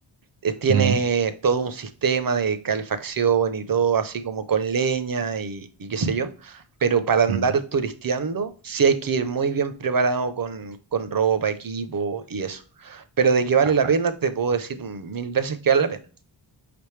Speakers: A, on the right (about 45°); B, on the right (about 80°).
A: eh, tiene
B: Ujú,
A: todo un sistema de calefacción y todo así como con leña y, y qué sé yo, pero para andar
B: ujú,
A: turisteando sí hay que ir muy bien preparado con, con ropa, equipo y eso. Pero de que vale
B: Perfecto.
A: la pena, te puedo decir mil veces que vale la pena.